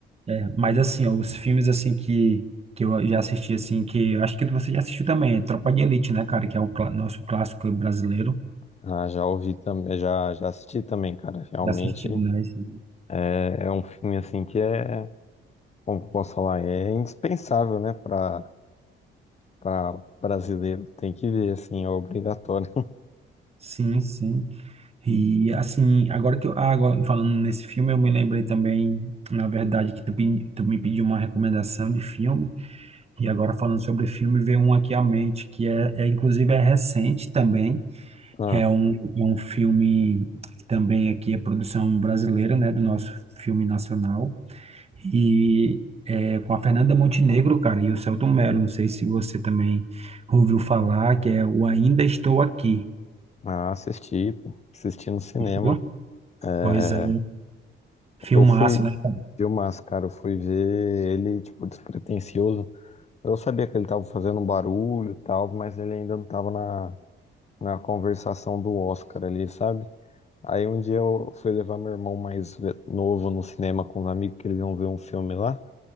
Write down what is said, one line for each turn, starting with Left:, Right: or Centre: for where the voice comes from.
Right: É, mas assim, ó, os filmes assim que, que eu já assisti assim, que eu acho que você já assistiu também, é Tropa de Elite, né, cara, que é o clá- nosso clássico brasileiro.
Left: Ah, já ouvi também, já, já assisti também, cara. Realmente
Right: Já assisti, né? esse-
Left: é, é um filme assim que é, como que eu posso falar, é indispensável, né, para para brasileiro. Tem que ver, assim, é obrigatório. <laughs>
Right: Sim, sim. E assim, agora que eu, ah, agora, falando nesse filme, eu me lembrei também, na verdade, que tu, pe- tu me pediu uma recomendação de filme, e agora falando sobre filme, veio um aqui à mente, que é, é inclusive é recente também,
Left: Ah,
Right: é um, é um filme que também aqui é produção brasileira, né, do nosso filme nacional. e é, com a Fernanda Montenegro, cara, e o Selton Mello. Não sei se você também ouviu falar, que é o Ainda Estou Aqui,
Left: ah, assisti, pô, assisti no cinema.
Right: viu?
Left: É,
Right: Pois é, filmaço,
Left: eu fui
Right: né? cara?
Left: filmar, cara, eu fui ver ele, tipo, despretensioso. Eu sabia que ele tava fazendo um barulho e tal, mas ele ainda não tava na, na conversação do Oscar ali, sabe? Aí um dia eu fui levar meu irmão mais ve- novo no cinema com os amigos que eles iam ver um filme lá.